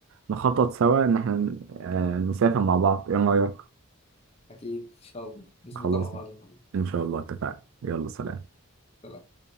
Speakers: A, on the right; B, on the left.
A: نخطط سوا ان احنا آه، نسافر مع بعض ايه رايك
B: اكيد ان شاء الله نظبطها
A: خلاص
B: مع بعض يا معلم
A: ان شاء الله اتفقنا يلا سلام
B: سلام.